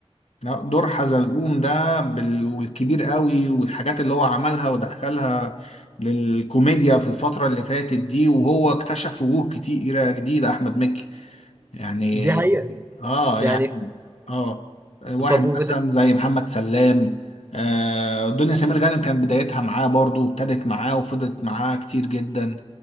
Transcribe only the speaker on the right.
دي حقيقه
يعني
طب وبت...